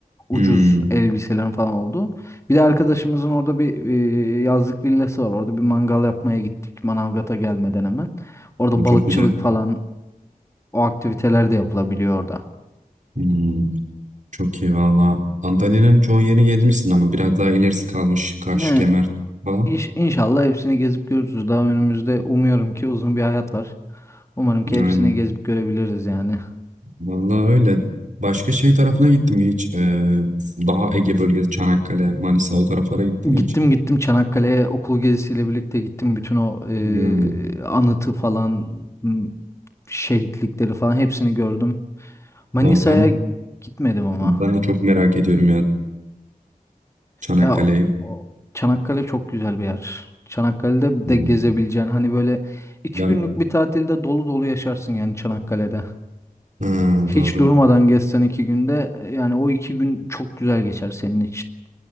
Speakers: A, on the left; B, on the right.
A: ucuz
B: Hmm.
A: elbiselerin falan oldu. Bir de arkadaşımızın orada bir e, yazlık villası var. Orada bir mangal yapmaya gittik Manavgat'a gelmeden hemen. Orada
B: Bu
A: balıkçılık
B: Çok güzel.
A: falan o aktiviteler de yapılabiliyor orada.
B: Hmm. Çok iyi valla. Antalya'nın çoğu yerini gezmişsin ama biraz daha ilerisi kalmış. Kaş,
A: Yani
B: Kemer falan.
A: iş, inşallah hepsini gezip görürüz. Daha önümüzde umuyorum ki uzun bir hayat var. Umarım ki
B: Aynen.
A: hepsini gezip görebiliriz yani.
B: Valla öyle. Başka şey tarafına gittim mi hiç? Ee, daha Ege bölgesi, Çanakkale, Manisa o taraflara gittim mi
A: Gittim
B: hiç?
A: gittim Çanakkale'ye okul gezisiyle birlikte gittim. Bütün o e,
B: Hmm.
A: anıtı falan m, şehitlikleri falan hepsini gördüm. Manisa'ya
B: O, ben
A: gitmedim ama.
B: ben de çok merak ediyorum ya. Çanakkale'yi.
A: Ya o- Çanakkale çok güzel bir yer. Çanakkale'de
B: Hı
A: de
B: hı.
A: gezebileceğin hani böyle iki
B: Ya,
A: günlük bir tatilde dolu dolu yaşarsın yani Çanakkale'de.
B: ha,
A: Hiç
B: doğru.
A: durmadan gezsen iki günde e, yani o iki gün çok güzel geçer senin için.